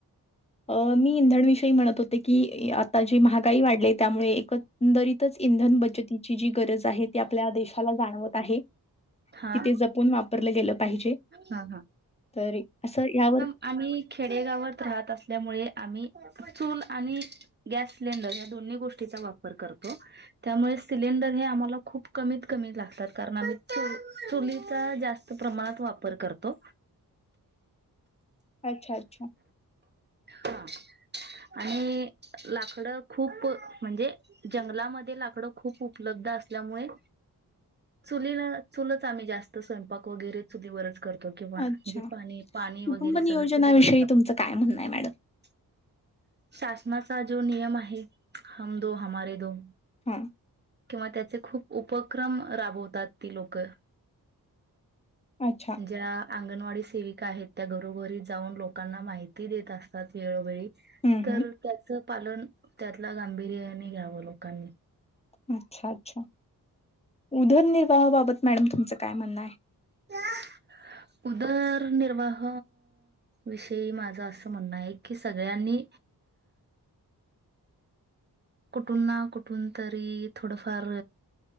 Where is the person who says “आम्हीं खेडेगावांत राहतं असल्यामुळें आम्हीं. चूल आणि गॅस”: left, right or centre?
Right